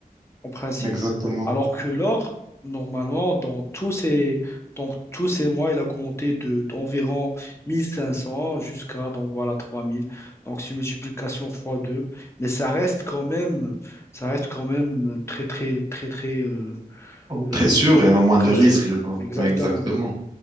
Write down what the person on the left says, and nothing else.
en principe.
Alors que l'or, normalement, dans tous ces, donc, tous ces mois, il a augmenté de, d'environ 1500 jusqu'à donc voilà 3000. Donc c'est une multiplication fois 2. Mais ça reste quand même, ça reste quand même très très très très euh, euh,
très
sûr.
Exactement.